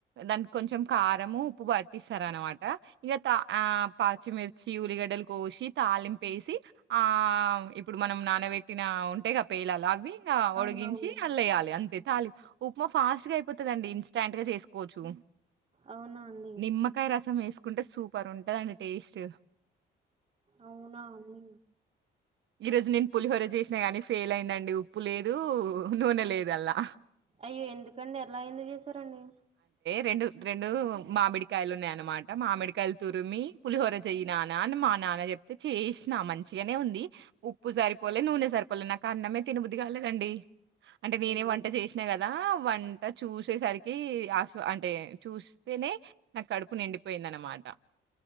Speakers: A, on the right; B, on the right.
A: దానికి కొంచెం కారంము ఉప్పు పట్టిస్తారు అనమాట ఇంక తా పాచ్చిమిర్చి ఉల్లిగడ్డలు కోసి తాలింప వేసి ఆ ఇప్పుడు మనం నానబెట్టిన ఉంటే క పేయిలాల అవి ఒడిగించి
B: అవునవును
A: అల్ వయ్యాలి అంతే తాలి ఉప్మా ఫాస్ట్ గా అయిపోతుందండి ఇన్స్టాంట్ గా చేసుకోవచ్చు
B: అవునా అండి
A: నిమ్కాయ రసం వేస్కు తీసుకుంటే సూపర్ ఉంటందండి టేస్ట్
B: అవునా అన్న
A: ఈ రోజు నేను పులిహోర చేసినా గాని ఫెయిల్ అయిందండి ఉప్పు లేదు నూనె లేదు అల్లా
B: అయ్యో ఎందుకండి ఎరలా అ తరణడి
A: రెండు రెండు మామిడికాయలు ఉన్నాయనమాట మామిడికాయలు తురిమి పులిహోర చెయ్య నానా అని మా నాన్న చెప్తే చేసిన మంచిగానే ఉంది ఉప్పు సరిపోలే నూనె సరిపోలే నాకు అన్నమే తిినబుద్ధది కాలేదండి అంటే నేనే
B: అయ్యో
A: వంట చేసినా కద్ నా వంట చూసేసరి కి ఆస అంటే చూస్తేనే నా కడుపు నిండిపోయింది అన్నమాట